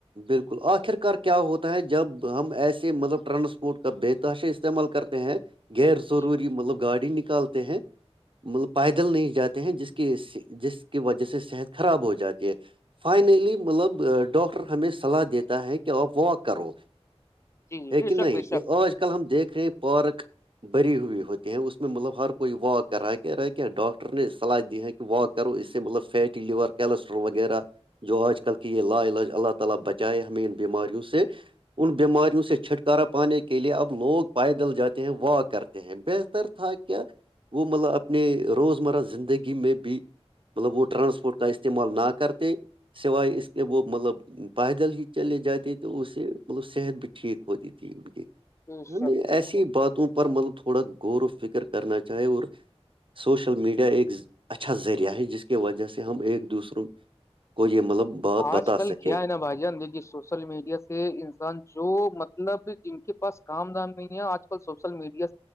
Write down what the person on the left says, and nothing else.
جی
جی جی
بے شک
بے شک
بے شک
بے شک
آج کل
کیا ہے نا بھائی جان دیک سوچ <unintelligible> سوشل میڈیا سے انسان جو مطلب جن کے پاس کام دام نہیں ہے آج کل سوشل میڈیا